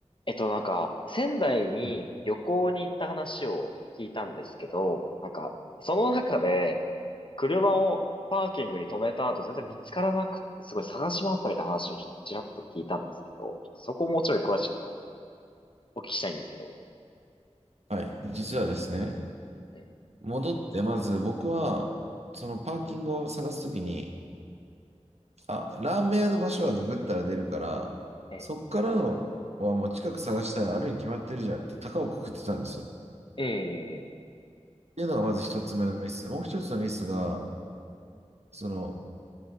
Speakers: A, on the left; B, on the right.
A: えっと、なんか、仙台に旅行に行った話を聞いたんですけど、
B: はい
A: なんか、その中で、車をパーキングに止めた後、全然見つからなくって、すごい探し回ったみたいな話をちょっとちらっと聞いたんですけど、ちょっとそこをもうちょい詳しくお聞きしたいんですけど。
B: はい、実はですね、
A: え、
B: 戻って、まず僕は、そのパーキングを探すときに、あ、ラーメン屋の場所はググったら出るから、
A: え、
B: そっからのはもう近く探したらあるに決まってるじゃんって高をくくってたんですよ。っ
A: ええ、
B: ていうのがまず一つ目のミス。もう一つのミスが、その、